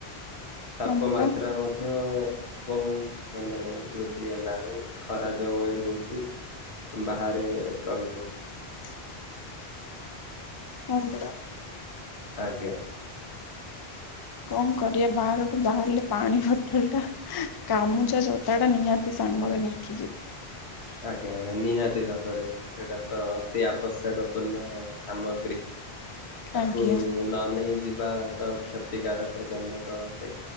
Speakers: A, on the left; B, on the left.
A: ତାପମାତ୍ରା
B: ହଁ ପରା
A: ମଧ୍ୟ ବହୁତ ମାନେ ବୃଦ୍ଧି ହେଲାଣି ଖରା ଯୋଉଁ ଭଳି ହେଉଛି। ବାହାରେ ରହି ହଉନି।
B: <inaudible> ହଁ ପରା।
A: ଆଜ୍ଞା।
B: କଣ କରିବା ବାହାରକୁ ବାହାରିଲେ ପାଣି ବୋଟଲ ଟା ଗାମୁଚା ଜୋତା ଟା ନିହାତି ସାଙ୍ଗରେ ନେଇକି ଯିବ।
A: ଆଜ୍ଞା ଆଜ୍ଞା ନିହାତି ଭାବରେ ସେଇଟା ତ ଅତି ଆବଶ୍ୟକ ପୂର୍ଣ ସାମଗ୍ରୀ। ତାକୁ
B: ଆଜ୍ଞା
A: ନ ନେଇ ଯିବା ତ କ୍ଷତିକାରକ ଜନକ ଅଟେ।